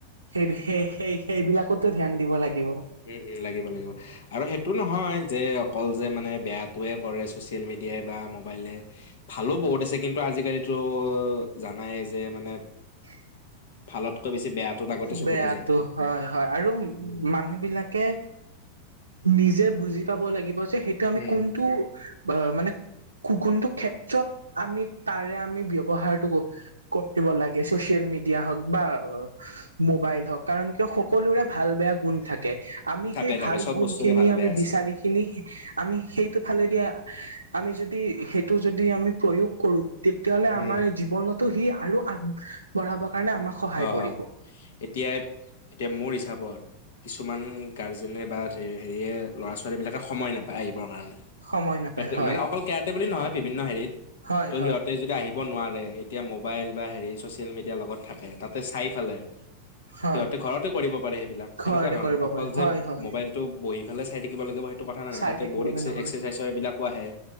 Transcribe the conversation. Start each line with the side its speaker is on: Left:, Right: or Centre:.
Right: সেই সেই সেই সেইবিলাকতো ধ্যান দিব লাগিব।
Left: উম উম লাগিব লাগিব আৰু সেইটো নহয় যে অকল যে মানে বেয়াতোয়ে কৰে ছচিয়েল মিডিয়াই বা মোবাইলে ভালো বহুত আছে কিন্তু আজিকালিতো জানাই যে মানে
Right: <unintelligible>
Left: ভালতকৈ বেছি বেয়াটোত আগতে চকুতো
Right: বেয়াটো
Left: যায়
Right: হয় হয় আৰু
Left: উম
Right: মানুহ বিলাক কে নিজে বুজি পাব লাগিব যে সেইটো আমি
Left: উম
Right: কোনটো মানে কো কোনটো ক্ষেত্ৰত আমি তাৰে আমি ব্যৱহাৰটো কৰিব লাগে চচিয়েল মিডিয়া হওক বা মোবাইল হওক কাৰণ কিয় সকলোৰে ভাল বেয়া গুণ থাকে। আমি
Left: থাকে
Right: সেই ভাল
Left: থাকে চব
Right: গুণ
Left: বস্তুৰে
Right: খিনি
Left: ভাল
Right: আমি
Left: বেয়া আছে
Right: বিচাৰিখিনি আমি সেইটো ফালে দিয়া আমি যদি সেইটো যদি আমি প্ৰয়োগ কৰো তেতিয়াাহলে
Left: উম
Right: আমাৰ জীৱনত টো সি আৰু আগ বঢ়াব কাৰণে আমাক সহায়
Left: অ
Right: কৰিব
Left: অ এতিয়া এতিয়া মোৰ হিচাপ কিছুমান গাৰ্জেনে বা হেৰিয়ে ল'ৰা ছোৱালী বিলাকে সময় নাপায় আহিবৰ কাৰণে
Right: সময় নাপায়
Left: তাকে
Right: হয়
Left: মানে অকল কেৰাটে বুলি নহয় বিভিন্ন হেৰিত
Right: হয়
Left: ত'
Right: হয়
Left: সিহঁতে যদি আহিব নোৱাৰে এতিয়া ম মোবাইল বা হেৰি ছ'চিয়েল মিডিয়াৰ লগত থাকে তাতে চাই পেলাই
Right: হয়
Left: সিহঁতে ঘৰতে কৰিব পাৰে সেইবিলাক
Right: ঘৰতে
Left: সেনেকুৱা ধৰণৰ
Right: কৰিব
Left: অকল
Right: পাৰে
Left: যে
Right: হয় হয়
Left: মোবাইলটো বহি ফালে চাই থাকিব লাগিব কথা নাই নহয়
Right: চাই
Left: তাতে
Right: থাকিবলৈ
Left: বত এক্স
Right: নহয়
Left: এক্সাৰচাইজৰ এইবিলাকো আহে।